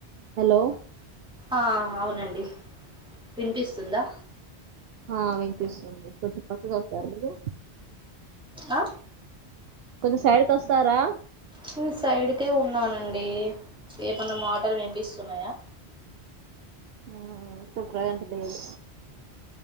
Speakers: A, on the right; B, in the centre.
A: హలో
B: అ అ అవునండి విన్పిస్తుందా
A: ఆ విన్పిస్తుంది కొద్దిగ్ పక్కకోస్తార మీరు
B: ఆ
A: కొంచ్ సైడ్ కి వస్తారా
B: నేన్ సైడ్కే ఉన్నానండి ఏమన్నా మాటల్ విన్పిస్తున్నాయా
A: అ ఇప్పడ్ ప్రెసెంట్ లేదు